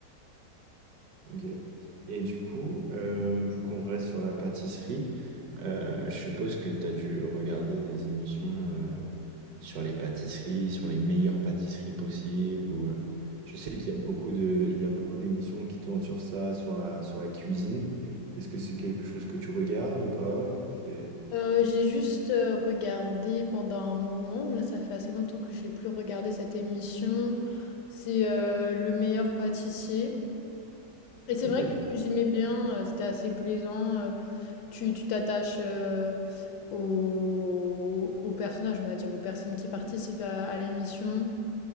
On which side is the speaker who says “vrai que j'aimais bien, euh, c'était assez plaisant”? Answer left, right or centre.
Left